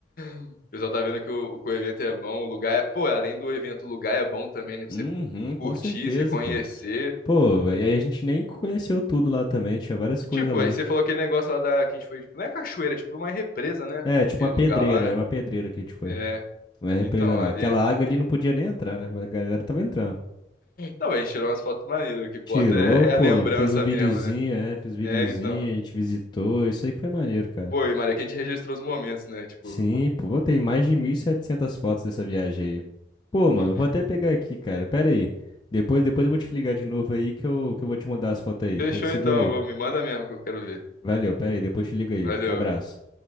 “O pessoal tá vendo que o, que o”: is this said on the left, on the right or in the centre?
Left